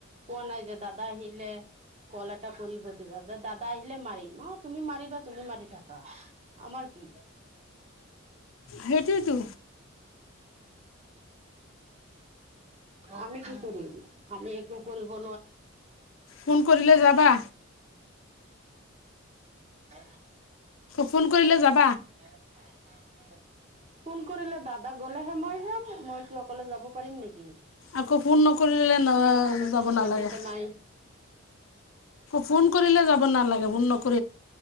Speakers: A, on the right; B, on the left.
A: কোৱা নাই যে দাদা আহিলে কল এটা কৰিব দিবা যে দাদা আহিলে মাৰিম অ তুমি মাৰিবা তুমি মাৰি থাকা আমাৰ কি
B: সেইটোৱেতো
A: আ কি কৰিম আমি একো কৰি <inaudible>
B: ফোন কৰিলে যাবা।
A: হ
B: ফোন কৰিলে যাব।
A: আ ফোন কৰিলে দাদা গলেহে মই যাম মই কি অকলে যাব পাৰিম নেকি,।
B: আকৌ ফোন নকৰিলেলে ন
A: মোৰ হাতত
B: যাব
A: পইচা
B: নালাগে।
A: তইচা নাই
B: ফোন কৰিলে যাব নালাগে ন-